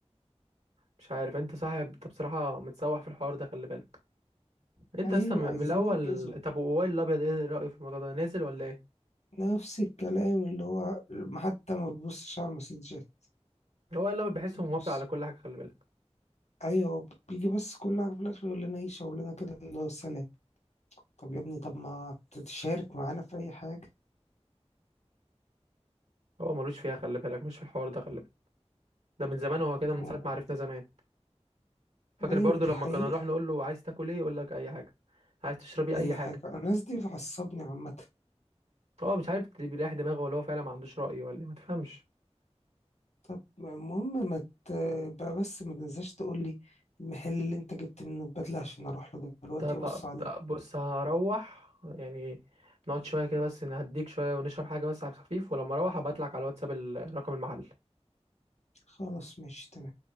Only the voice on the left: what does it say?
ايوه
عايزين
ننجزه
نفس الكلام اللي هو حتى ما بيبصش على المسجات
بيبص
ايوه بيجي بس كل حاجة في الاخر يقول لنا ايه شاور لنا كده اللي هو سلام طب يا ابني طب ما تتشارك معانا في أي حاجة
أه،
أيوة
دي
حقيقة
أي
حاجة الناس دي بتعصبني عامة
طب المهم ما تبقى بس ما تنساش تقول لي المحل اللي أنت جبت منه البدلة عشان أروح له دلوقتي
أبص عليه
خلاص ماشي تمام